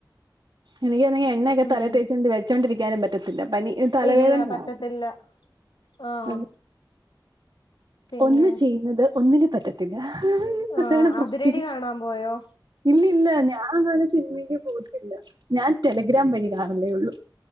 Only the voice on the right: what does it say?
എനിക്ക് ആണെങ്കി എണ്ണ ഒക്കെ
തലേച്ചൊണ്ട് വച്ചൊണ്ടരിക്കാനുംറ്റും ത്തില്ല പനി തലവേദനയാവുംും
അ
ഒന്ന് ചെയ്യുന്നത് ഒന്നിന് പറ്റത്തില്ല
അതാണ് പ്രശ്നം
ഇല്ല ഇല്ല ഞാൻ അങ്ങാനെ സിനിമക്ക് പോയിട്ടില്ല ഞാൻ ടെലിഗ്രാം വഴി കാണലേ ഉള്ളു